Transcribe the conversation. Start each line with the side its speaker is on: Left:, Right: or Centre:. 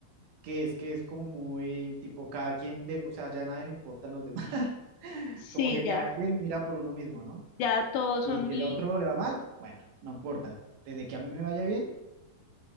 Right: que es que es como muy tipo cada quien de, o sea, ya a nadie le importan los demás. <laughs>
Left: Sí,
Right: Como que
Left: ya,
Right: cada quien mira por uno mismo, ¿no?
Left: ya todos
Right: Y
Left: son
Right: si
Left: muy
Right: el otro le va mal, bueno, no importa. Desde que a mí me vaya bien,